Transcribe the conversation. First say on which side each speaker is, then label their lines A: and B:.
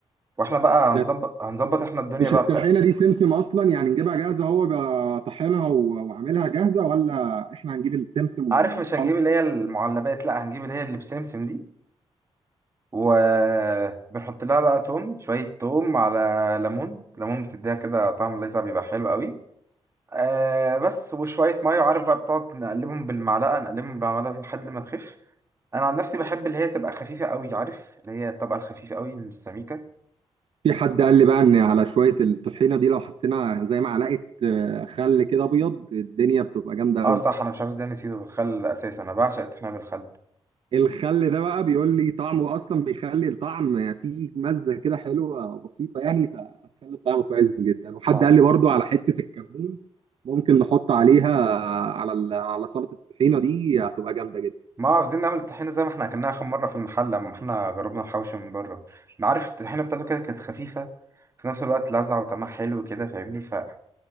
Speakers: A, on the right; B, on the right.
A: واحنا بقى هنظبط
B: ده
A: هنظبط احنا الدنيا
B: مش
A: بقى
B: الطحينه
A: بتاعتنا
B: دي سمسم اصلا يعني نجيبها جاهزه هو جا- طحنها و- وعاملها جاهزه ولا احنا هنجيب السمسم ون-
A: عارف
B: ونطحنه
A: مش هنجيب اللي هي المعلبات لا هنجيب اللي هي اللي بسمسم دي وبنحط لها بقى توم شويه توم على ليمون ليمون بتديها كده طعم لاذع بيبقى حلو قوي آه بس وشوية مية وعارف بقى بتقعد نقلبهم بالمعلقة نقلبهم بالمعلقة لحد ما تخف أنا عن نفسي بحب اللي هي تبقى خفيفة قوي عارف اللي هي الطبقة الخفيفة قوي من السميكة
B: في حد قال لي بقى ان على شويه الطحينه دي لو حطينا زي معلقه آه، خل كده ابيض الدنيا بتبقى جامده
A: اه
B: قوي
A: صح أنا مش عارف ازاي نسيته بالخل أساسا أنا بعشق الطحينة بالخل
B: الخل ده بقى بيقول لي طعمه اصلا بيخلي الطعم فيه مزه كده حلوه بسيطه يعني فخلي الطعم كويس جدا وحد
A: ما
B: قال لي برضو على حته الكمون ممكن نحط عليها على ال- على سلطه الطحينه دي هتبقى جامده جدا
A: ما عاوزين نعمل الطحينة زي ما احنا أكلناها آخر مرة في المحل لما احنا جربنا الحوشي من بره ما عارف الطحينة بتاعته كده كانت خفيفة في نفس الوقت لذعة وطعمها حلو كده فاهمني ف